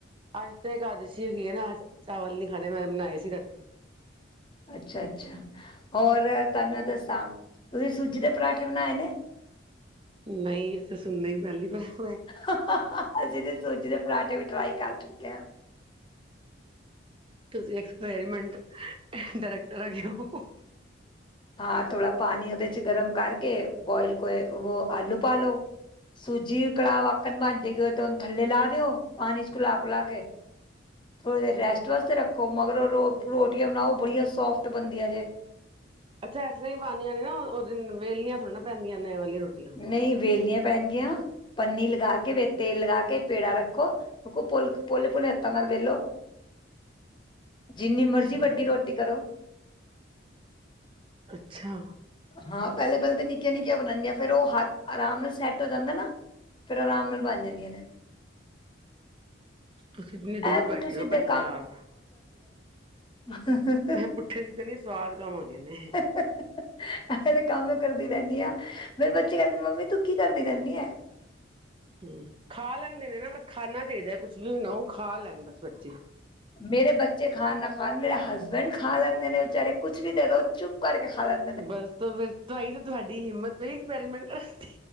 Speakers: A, on the right (about 30°); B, on the left (about 25°).
A: ਅੱਜ ਤਾਂ ਇਕਾਦਸ਼ੀ ਹੋਗੀਏ ਨਾ ਅ ਚਾਵਲ ਨੀ ਖਾਣੇ ਮੈਂ ਬਣਾਏ ਸੀ ਰਾਤੀ
B: ਅੱਛਾ, ਅੱਛਾ ਹੋਰ ਤੁਹਾਨੂੰ ਇਹ ਦੱਸਾਂ ਤੁਸੀਂ ਸੂਜੀ ਦੇ ਪਰਾਂਠੇ ਬਣਾਏ ਨੇ
A: ਨਹੀਂ ਅਸੀ ਤਾ ਸੁਨਣੇ ਹੀ ਪਹਿਲੀ ਵਾਰ ਆ
B: ਹਾ ਹਾ ਅਸੀਂ ਤੇ ਸੂਜੀ ਦੇ ਪਰਾਂਠੇ ਵੀ ਟਰਾਈ ਕਰ ਚੁੱਕੇ ਆ
A: ਤੁਸੀਂ ਐਕਸਪੈਰੀਮੈਂਟ ਡਾਇਰੈਕਟਰ ਹੈਗੇ ਹੋ
B: ਹਾਂ ਥੋੜ੍ਹਾ ਪਾਣੀ ਉਹਦੇ 'ਚ ਗਰਮ ਕਰਕੇ ਬੋਇਲ ਕੋ ਉਹ ਆਲੂ ਪਾ ਲਓ ਸੂਜੀ ਕੜਾ ਆਕਣ ਬਣਜੇ ਗਾ ਤਾਂ ੳਨੂੰ ਥੱਲੇ ਲਾ ਦਿਓ ਪਾਣੀ 'ਚ ਘੁਲਾ ਖੁਲਾ ਕੇ ਥੋੜ੍ਹੀ ਦੇਰ ਰੈਸਟ ਵਾਸਤੇ ਰੱਖੋ ਮਗਰੋ ਰੋਟੀਆਂ ਬਣਾਓ ਬੜੀਆਂ ਸੋਫਟ ਬਣਦੀਆਂ ਜੇ।
A: ਅੱਛਾ ਇਸ ਤਰ੍ਹਾਂ ਹੀ ਬਣਦੀਆਂ ਨੇ ਨਾ ਉਹਨਾ ਵੇਲਣੀਆ ਥੌੜ੍ਹੀ ਨਾ ਪੈਂਦੀਆਂ ਨੇ ਵਾਲੀ ਰੋਟੀ।
B: ਨਹੀਂ ਵੇਲਣੀਆਂ ਪੈਣਗੀਆਂ। ਪੰਨੀ ਲਗਾ ਕੇ ਤੇਲ ਲਗਾ ਕੇ ਵਿੱਚ ਪੇੜਾ ਰੱਖੋ ਪੁੱਲ ਪੁਲੇ, ਪੁਲੇ ਹੱਥਾਂ ਨਾਲ ਵੇਲੋ। ਜਿੰਨੀ
A: ਅੱਛਾ,
B: ਮਰਜ਼ੀ ਵੱਡੀ ਰੋਟੀ ਕਰੋ।
A: ਅੱਛਾ,
B: ਹਾਂ ਪਹਿਲੇ ਪਹਿਲੇ ਤੇ ਨਿੱਕੀਆਂ ਨਿੱਕੀਆਂ ਬਣਨਗੀਆਂ ਫੇਰ ਉਹ ਹੱਥ ਆਰਾਮ ਨਾਲ ਸੈੱਟ ਹੋ ਜਾਂਦਾ ਨਾ। ਫੇਰ ਆਰਾਮ ਨਾਲ ਬਣ ਜਾਂਦੀਆਂ ਨੇ।
A: ਤੁਸੀਂ ਇੰਨੀ ਦੂਰ
B: ਇਹ ਪੁੱਠੇ
A: ਬੈਠੇ
B: ਸਿੱਧੇ
A: ਹੋ ਪੰਜਾਬ।
B: ਹਾ ਹਾ
A: ਅ ਪੁੱਠੇ 'ਚ ਤਾਂ ਨੀ ਸਵਾਦ ਕਮ ਹੋਗੇਨੇ।
B: ਹਾ, ਹਾ ਅ ਤੇ ਕੰਮ ਮੈ ਕਰਦੀ ਰਹਿੰਦੀ ਆ ਫੇਰੇ ਬੱਚੇ ਕਹਿੰਦੇ ਨੇ ਮੰਮੀ ਤੂੰ ਕੀ ਕਰਦੀ ਰਹਿੰਦੀ ਆ।
A: ਹਮ ਖਾ ਲੈਂਦੇ ਨੇ ਨਾ ਬੱਸ ਖਾਣਾ ਚਾਹੀਦਾ ਕੁਛ ਵੀ ਨਾ ਉਹ ਖਾ ਲੈਣ ਬੱਸ ਬੱਚੇ
B: ਮੇਰੇ ਬੱਚੇ ਖਾਣ ਨਾ ਖਾਣ ਮੇਰੇ ਹਸਬੈਂਡ ਖਾ ਲੈਂਦੇ ਨੇ ਵਿਚਾਰੇ ਕੁਛ ਵੀ ਦੇ ਦੋ ਚੁਪ ਭਰ ਕੇ ਖਾ ਲੈਣ
A: ਬੱਸ ਫਿਰ ਤਾਂਈ ਤੇ ਤੁਹਾਡੀ ਹਿੰਮਤ ਪਈ ਐਕਸਪੈਰੀਮੈਂਟ ਕਰਨ ਦੀ